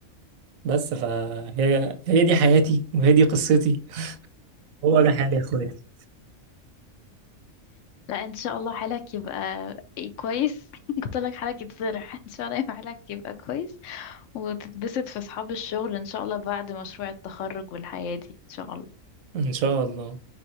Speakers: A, on the right; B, on the left.
A: بس فهي هي دي حياتي وهي دي قصتي هو ده حالي يا اخواتي
B: لا ان شاء الله حالك يبقى كويس <laughs> قلت لك حالك يتصلح <laughs> ان شاء الله يبقى حالك يبقى كويس وتتبسط في اصحاب الشغل ان شاء الله بعد مشروع التخرج والحياه دي ان شاء الله
A: ان شاء الله